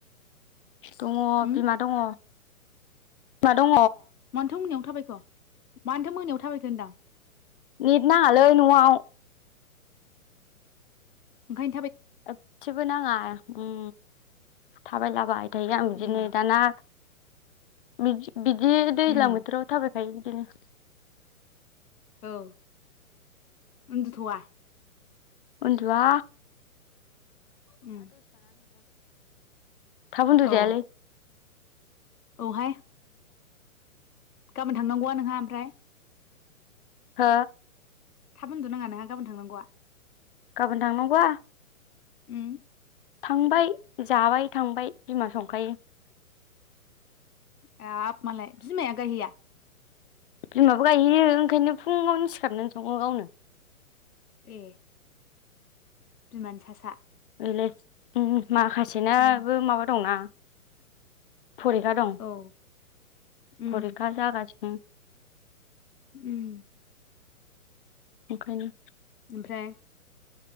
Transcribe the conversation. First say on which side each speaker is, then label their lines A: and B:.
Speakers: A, on the left; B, on the left.
A: दङ
B: उम
A: बिमा दङ मा दं
B: मानथ' मोनायाव थाबायखो मानोथो मोनायाव थाबायखो होनदां
A: नेट नाङालै न'आव
B: ओंखाय
A: एसेबो नाङा उम थाबायलाबाय थाय आं बिदिनो
B: उम
A: दाना बिद बिदि दैज्लां
B: उम
A: बोथोराव थाबाय गाय बिदिनो
B: औ उन्दुथ'वा।
A: उन्दुवा।
B: उम
A: थाब उन्दुजायालै
B: औ। औ हाय। गाबोन थांनांगौआ नोंहा ओमफ्राय?
A: हो।
B: थाब उन्दुनांङा नोंहा गाबोन थांनांगौआ?
A: गाबोन थांनांगौआ?
B: उम।
A: थांबाय जाबाय थांबाय बिमा संखायो।
B: हाब मालाय बिमाया गायहैया?
A: बिमाबो गायहैयो ओंखायनो फुंङावनो सिखारनानै संङो गावनो।
B: ए। बिमानि सा सा।
A: लै उम माखासेनाबो
B: उम
A: माबा दंना फरिखा दं
B: औ उम
A: फरिखा जागासिनो।
B: उम।
A: ओंखायनो।
B: ओमफ्राय